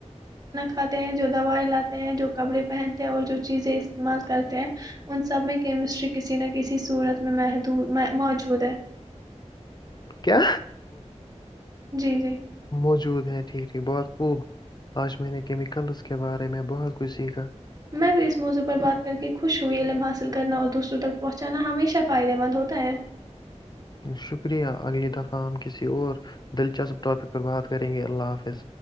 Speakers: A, on the right; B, on the left.
A: اتے ہیں جو دوائی لاتے ہیں جو کپڑے پہنتے ہیں اور جو چیزیں استعمال کرتے ہیں ان سب میں کیمسٹری کسی نہ کسی صورت میں محدود میں موجود ہے
B: کیا
A: جی جی
B: موجود ہے جی جی بہت خوب اج میں نے کیمیکلز کے بارے میں بہت کچھ سیکھا
A: میں بیس موضوع پر بات مل کے خوش ہوئی علم حاصل کرنا اور دوسروں پہنچانا ہمیشہ فائدے مند ہوتا ہے
B: شکریہ اگے تک ہم کسی اور دلچسپ باتیں فرما رہے کریں گے اللہ حافظ